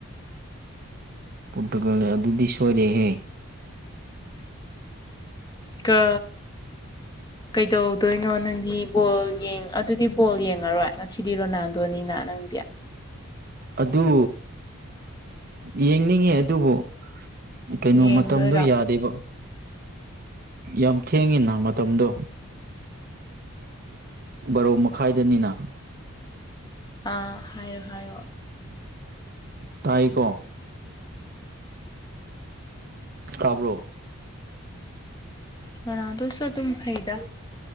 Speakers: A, on the right; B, on the left.
A: ꯄꯨꯠꯒ ꯑꯗꯨꯗꯤ ꯁꯣꯏꯣꯔꯦꯍꯦ
B: ꯀꯥ
A: <unintelligible>
B: ꯀꯩꯗꯧꯗꯣꯏꯅꯣ ꯅꯪꯗꯤ ꯕꯣꯜ ꯑꯗꯨꯗꯤ ꯕꯣꯜ ꯌꯦꯡꯉꯔꯣꯏ ꯉꯁꯤꯗꯤ ꯔꯣꯅꯥꯜꯗꯣꯅꯤꯅ ꯅꯪꯗꯤ
A: ꯑꯗꯨ ꯌꯦꯡꯅꯤꯡꯉꯦ ꯑꯗꯨꯕꯨ ꯀꯩꯅꯣ
B: ꯌꯦꯡꯗꯣꯏꯔꯣ
A: ꯃꯇꯝꯗꯣ ꯌꯥꯗꯦꯕ ꯌꯥꯝ ꯊꯦꯡꯉꯤꯅ ꯃꯇꯝꯗꯣ ꯕꯥꯔꯣ ꯃꯈꯥꯏꯗꯅꯤꯅ
B: ꯑꯥ ꯍꯥꯏꯌꯣ ꯍꯥꯏꯌꯣ
A: ꯇꯥꯏꯀꯣ ꯀꯥꯕ꯭ꯔꯣ
B: ꯅꯥꯥꯗꯨꯁꯨ ꯑꯗꯨꯝ ꯍꯩꯗ